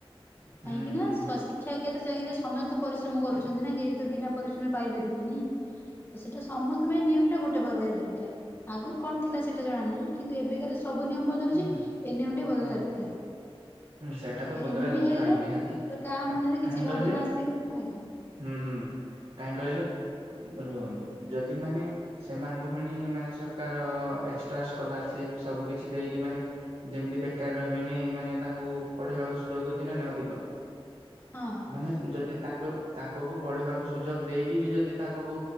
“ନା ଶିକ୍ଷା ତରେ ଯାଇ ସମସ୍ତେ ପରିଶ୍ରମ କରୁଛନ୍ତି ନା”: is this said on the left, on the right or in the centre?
Left